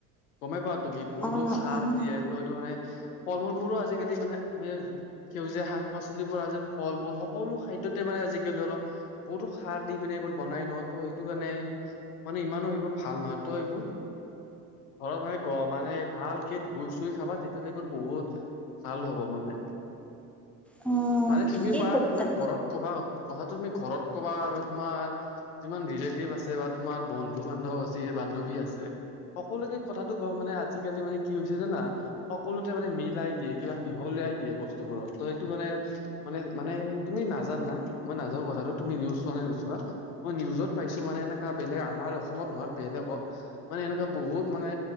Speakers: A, on the left (about 85°); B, in the centre.
A: গমে পোৱা তুমি বহুতো
B: অ',
A: সাৰ
B: অ',
A: দিয়ে ত সেটো মানে ফল মূলবোৰো আজিকালি মানে আমি সেউজীয়া শাক, পাচলিৰবোৰ আজিৰ ফল মূল সকলো খাদ্যত মানে আজিকালি অলপ বহুতো সাৰ দি পিনে এইবোৰ বনাই ন' ত' সেইটোকাৰণে মানে ইমানো সেইবোৰ ভাল নহয়, ত' এইবোৰ ঘৰত মানে গ, মানে ভালকে ধুই, চুই খাবা তেতিয়াল'লে এইবোৰ বহুত ভাল হ'ব মানে।
B: অ'
A: মানে
B: ঠিকেই
A: তুমিও পাৰা
B: কৈছা।
A: তোমাৰ ঘৰত ক'বা কথাটো তুমি ঘৰত ক'বা, আৰু তোমাৰ যিমান ৰিলেটিভ আছে বা তোমাৰ বন্ধু, বান্ধৱ আছ- বান্ধৱী আছে। সকলোকে কথাটো গম মানে আজিকালি মানে কি হৈছে জানা? সকলোতে মানে মিলাই দিয়ে কিবা মিহলা ই, দিয়ে বস্তুবোৰত ত' এইটো মানে, মানে, মানে তুমি নাজা- নাজানা, মই নাজানোঁ কথাটো তুমি নিউজ চোৱানে নোচোৱা? মই নিউজত পাইছোঁ মানে এনেকা বেলেগ আমাৰ অসমত নহয়, বেলেগত মানে এনেকুৱা বহুত মানে